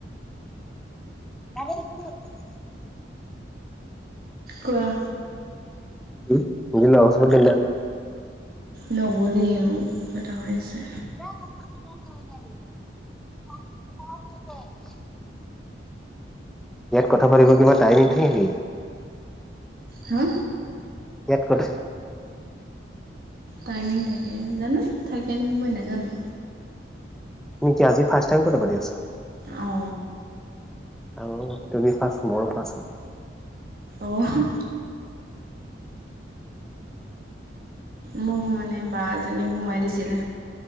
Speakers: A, in the centre; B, on the right (about 50°).
A: <unintelligible>
B: কোৱা।
A: <unintelligible>
B: নগলীম কিবা এটা হৈ আছে।
A: <unintelligible> ইয়াত কথা পাতিব কিবা টাইমিং থাকে নেকি।
B: হা।
A: ইয়াত কথ।
B: টাইমিং থাকে জানো থাকে নেকি মই নাজানো।
A: তুমি কি আজি ফাৰ্ষ্ট টাইম কথা পাতি আছা।
B: অ।
A: আৰু তুমি ফাৰ্ষ্ট মোৰো ফাৰ্ষ্ট।
B: অহ। মোক মানে বা এজনীয়ে সোমাই দিছিলে।